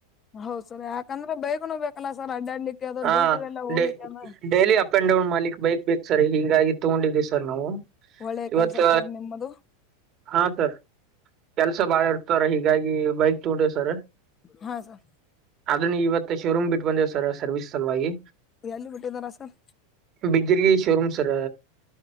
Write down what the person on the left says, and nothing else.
ಹೌದ್ ಸರ್ ಯಾಕಂದ್ರೆ ಬೈೇಕನ ಬೇಕಲ್ಲಾ ಸರ್ ಅಡ್ಡಾಡ್ಲಿಕ್ಕೆ ಅತವಾ
ಡ್ಯೂಟಿ ಎಲ್ಲ ಹೋಗ್ಲಿಕ್ಕೆನ.
ಒಳ್ಳೆ
ಕೆಲ್ಸ ಸರ್ ನಿಮ್ಮದು
ಹಾಂ ಸರ್.
ಎಲ್ಲಿ ಬಿಟ್ಟಿದ್ದಾರಾ sir.